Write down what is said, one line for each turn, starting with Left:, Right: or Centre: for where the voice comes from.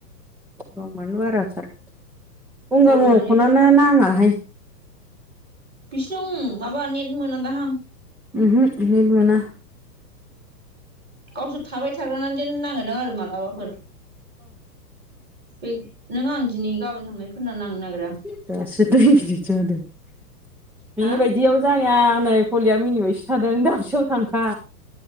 Centre: दामानो बाराथार गंगार
Right: गरमानो
Centre: मोननाव फनानो
Right: एफा
Centre: नाङाहाय
Right: बिसिनाव माबा नेट मोनादाहां
Centre: उमहो नेट मोना
Right: गावसोर थाबाय थाग्रानादेन नाङोदां आरो माबलाबाफोर बै नों आं दिनै गाबोन थांनायफोरना नांनो नागिरा।
Centre: <unintelligible> बिदियाव
Right: हा
Centre: जाया नै हलिया मिनिबायसो थादों दाबसेयाव थांखा।